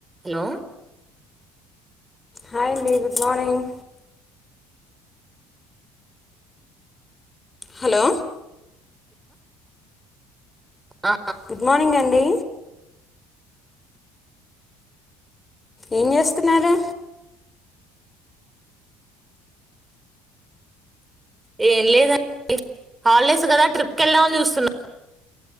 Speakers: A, on the right; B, on the left.
A: Hello
B: hi అండి good morning hello
A: ఆ,
B: good morning అండి ఏం చేస్తున్నారు
A: ఏం లేదండి హాలిడేస్ కదా ట్రిప్కి వెళ్దామని చూస్తున్నా